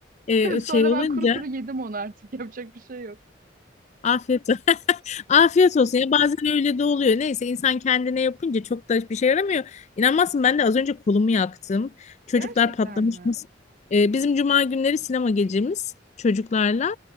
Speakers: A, on the left; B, on the right.
A: e,
B: <laughs>
A: şey
B: Sonra
A: olunca
B: ben kuru kuru yedim onu artık yapacak bir şey yok.
A: afiyet olsun. <laughs> Afiyet olsun ya bazen öyle de oluyor. Neyse insan kendine yapınca çok da bir şey yaramıyor. İnanmazsın ben de az önce kolumu yaktım. Çocuklar
B: Gerçekten
A: patlamış
B: mi?
A: mısır. E, bizim cuma günleri sinema gecemiz çocuklarla.